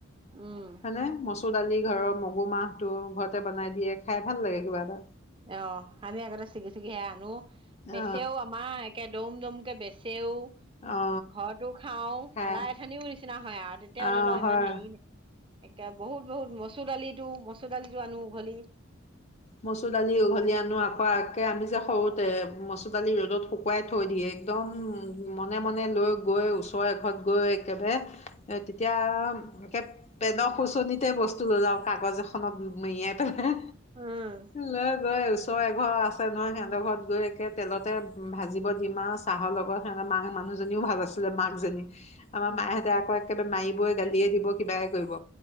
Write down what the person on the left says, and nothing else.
হয নে মচুৰ দালি ঘৰৰ মগু মাহ টো ঘৰতে বনাই দিয়ে খাই ভাল লাগে কিবা এটা
অ
অ
খাই
অ
হয়
মচুৰ উঘলি দালি আনো আকৌ একে আমি যে সৰুতে মচুৰ দালি ৰ'দত শুকুৱাই থৈ দিয়ে একদম মনে মনে লৈ গৈ ওচৰ এ ঘৰত গৈ একেবাৰে তেতিয়া একে পেনৰ খুচনিতে বস্তু লৈ যাওঁ কাগজ এখনত মেৰিয়াই পেলাই
লৈ গৈ ওচৰ এ ঘৰ আছে নহয় সিহঁতৰ ঘৰত গৈ একে তেলতে ভাজিব দিম আৰু চাহৰ লগত সিহঁতৰ মাক মানুহজনীও ভাল আছিলে মাকজনী আমাৰ
মাহঁতে আকৌ এক মাৰিবই গালিয়ে দিব কিবাই কৰিব